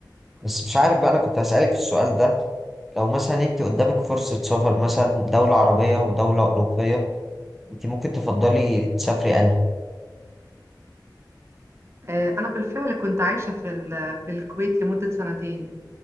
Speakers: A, in the centre; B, on the right.
A: بس مش عارف بقى انا كنت هسألك في السؤال ده لو مثلا انت قدامك فرصة سفر مثلا دولة عربية ودولة أوروبية انت ممكن تفضلي تسافري انهي
B: آه، انا بالفعل كنت عايشة في ال- في الكويت لمدة سنتين